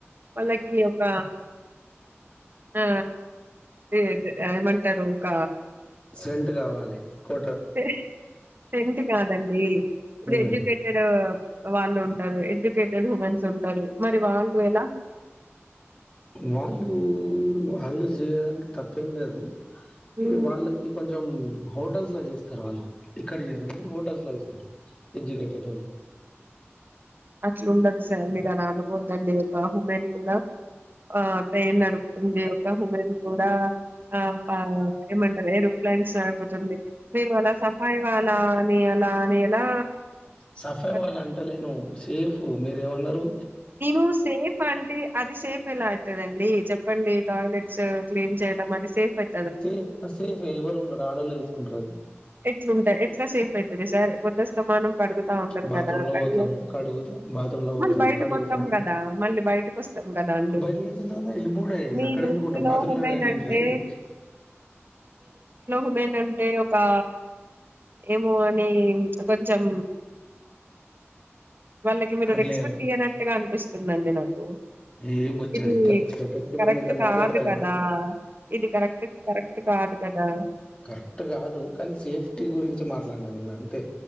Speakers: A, on the right; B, on the left.
A: వాళ్ళకి ఒక అ ఆ దే అదే ఏమం తరూక
B: సెంట్ కావాలి కొ
A: సే సెంట్ కాదండి ఇప్పుడు
B: ఉమ్
A: ఎడ్యుకేటెడ్ వాళ్ళు ఉం టరు ఎడ్యుకేటెడ్ హుమెన్స్ ఉంటారు మరి వాళ్ళు ఎలా
B: వాళ్ళు వాళ్ళు చేయడానికి తప్పేం లేదు
A: హ్మ్.
B: ఇగ వాళ్ళకి కొంచం హోటల్స్ లో చేస్తారు వాళ్ళు ఇక్కడ చేయారు కానీ హోటల్స్ లో చేస్తారు ఎడ్యుకేటెడ్ వాళ్ళు
A: అట్లుండదు సార్ మీరు అలా అనుకోవద్దండి ఒక ఉమెన్ కూడా ఆ ట్రైన్ నడుపుతుంది ఒక ఉ మెన్ కూడా ఆ ప ఏమంటారు ఏరోప్లేన్స్ నడుపుతుంది మీరు అలా సఫాయి వాలా అని అలా అని ఎలా
B: సఫై
A: వాళ్ళని-
B: వాళ్ళ అంటలేను సేఫ్ మీరు ఏమన్నారు
A: నేను సేఫ్ అండి అ ది సేఫ్ ఎలా అయితదండి చెప్పండి టాయిలెట్స్ క్లీన్ చేయడం అది సేఫ్ అయి
B: సేఫ్ సేఫ్ ఎవరు ఉండరు ఆడోల్లే ఏసుకుంటారు అది
A: ఎట్లుంటాయి ఎట్లా సేఫ్ అయితది సార్ పొద్దస్తమానం కడుగుతా ఉంటారు
B: బాత్రూమ్
A: కదా
B: లో
A: కడిగేసి
B: పోతాము కడుగుతాం బాత్రూమ్ లో బాత్రూమ్లో బోతాము
A: మళ్ళీ బయటకు
B: కడుగుతాం
A: వస్తాం
B: బాత్రూమ్లో
A: కదా
B: బోతాము
A: మళ్ళీ బయటకు వస్తాం కదా అండి
B: కడుగుతాం బయటి కి వచ్చినానా ఎల్లిపోడే
A: మీ
B: అక్కడ
A: దృష్టిలో
B: ఎందుకుంటారు బాత్రూంలోనే
A: ఉమెన్ అంటే
B: అంటారా ఏంటి
A: ఉమేన్ అంటే ఇకా ఏమో అని కొంచెం వాళ్ళకి మీరు
B: అట్లే
A: రెస్పెక్ట్ ఇయ్యానట్టుగా అనిపిస్తుంది స్తుందండి నాకు
B: ఏ బొచ్చెడు
A: ఇది
B: ఇత్తరు ఇచ్చినట్టు ఇప్పుడు
A: కరెక్ట్
B: మీతోని
A: కాదు
B: మాట్లాడతలేనా?
A: కదా ఇది కరెక్ట్ కరెక్ట్ కాద్ కదా
B: కరెక్ట్ కాదు కానీ సేఫ్టీ గురించి మాట్లానా నేను అంతే